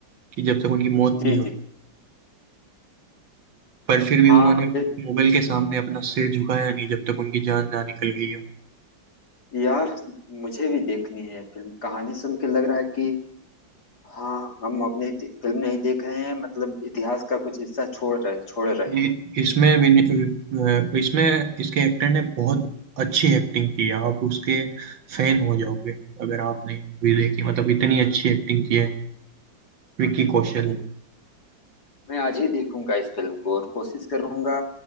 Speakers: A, on the right; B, on the left.
A: कि जब तक उनकी मौत नहीं
B: जी
A: हुई
B: जी
A: पर फिर भी
B: हाँ
A: उन्होंने
B: फिर
A: मुगल के सामने अपना सिर झुकाया नहीं जब तक उनकी जान ना निकल गई हो
B: यार मुझे भी देखनी है फिल्म कहानी सुन के लग रहा है कि हाँ हम अपनी इति- फिल्म नहीं देख रहे हैं मतलब इतिहास का कुछ हिस्सा छोड़ रहे छोड़ रहे
A: ये- इसमें विन- अ, इसमें इसके एक्टर ने बहुत अच्छी एक्टिंग की है आप उसके फैन हो जाओगे अगर आपने मूवी देखी मतलब इतनी अच्छी एक्टिंग की है विकी कौशल
B: हैं
A: ने।
B: मैं आज ही देखूंगा इस फिल्म को और कोशिश करूंगा